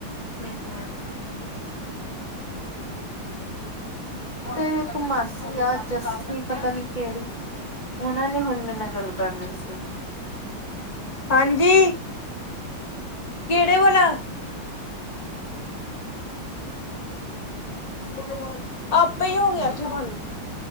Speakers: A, on the left; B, on the left.
A: ਹੂੰ-ਹੂੰ ਤੇਰੀ ਇੱਕ ਮਾਸੀ ਆ ਜੱਸੀ ਪਤਾ ਨੀ ਕਿਹੜੀ ਉਨ੍ਹਾਂ ਨੇ ਹੁਣ ਮੇਰੇ ਨਾਲ ਗੱਲ ਕਰਨੀ ਸੀ।
B: ਹਾਂਜੀ ਕਿਹੜੇ ਵਲਾ ਤੁਂ ਕਿਉ ਬੰਦ ਕੀਤਾ ਆਪੇ ਹੋ ਗਿਆ ਜੇ ਬੰਦ